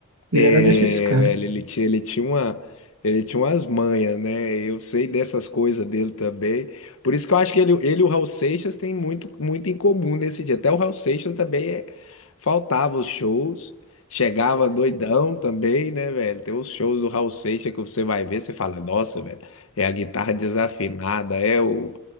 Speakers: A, on the right; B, on the left.
A: Ele
B: É,
A: era desses caras.
B: velho, ele tinha, ele tinha uma, ele tinha umas manhas, né? Eu sei dessas coisas dele também. Por isso que eu acho que ele, ele e o Raul Seixas têm muito, muito em comum nesse dia. Até o Raul Seixas também é- faltava os shows, chegava doidão também, né, velho? Tem os shows do Raul Seixas que você vai ver, você fala, nossa, velho, é a guitarra desafinada, é o.